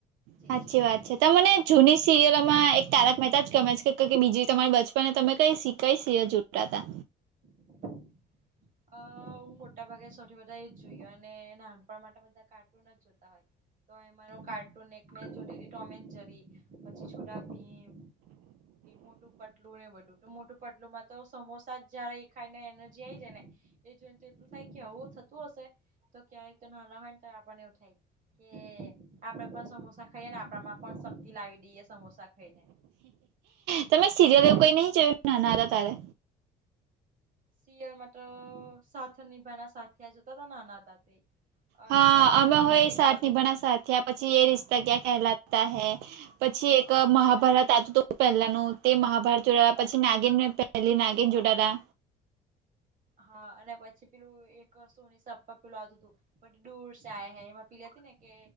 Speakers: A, on the right; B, on the right.
A: જે
B: સાચી
A: તે
B: વાત છે તો મને જૂની સિરિયલમાં એક તારક મહેતા જ ગમે છે કે બીજી તમારી બાળપણમાં તમે કઈ શી કઈ સિરીયલ જોટાતા?
A: <inaudible> અ હું મોટા ભાગે સૌથી વધા એ જ જોઈએ અને નાનપણ માટે બધા કાર્ટૂન જ જોતા હોય. તો એમાંનો કાર્ટૂન એકમે જોતી થી ટોમે જેરી પછી છોટા ભીમ મોટું પટલું ને બધું તો મોટું પટલું માં તો સમોસા જ જયારે એ ખાઈ ને એનર્જી આઈ જાય ને એ જોઈને તો એટલું થાય કે આવુ થતું હશે તો ક્યારેય તો ના ના હોય ને આપણને એવું થાય કે આપડે પણ સમોસા ખાઈએ ને આપડા માં પણ શક્તિ લાવી દઈએ સમોસા ખાઈને.
B: તમે સિરિયલ એવું કઈ નહિ જોયું નાના હતા તારે?
A: સિરીયલ મા તો સાથ નિભાના સાથિયા સાથે જોતા હતા નાના હતા તે. અને
B: હા અમે
A: બીજી
B: હો એ
A: એક
B: સાથ
A: આવતી
B: નીભાના
A: હતી
B: સાથી થીયા પછી એ રિસ્તા ક્યાં કહેલાતા હૈ પછી એક
A: હા
B: મહાભારત આવતું તો પહેલાનું તે મહાભારત જોડાયા પછી નાગીન પહેલી નાગીન જોટાતા.
A: હા અને પછી પેલું એક સોની સાપ્પા પેલું આતું હતું બડી દૂર સે આયે હે એમાં પેલી હતી ને કે,